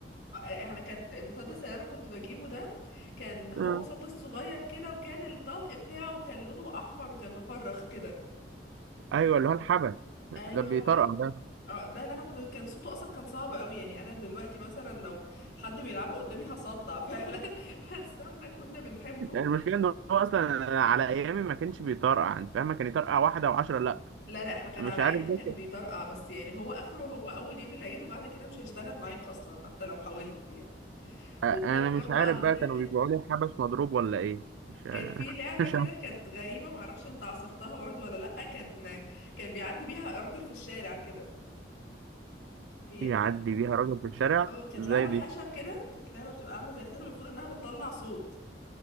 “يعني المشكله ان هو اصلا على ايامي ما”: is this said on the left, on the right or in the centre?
Right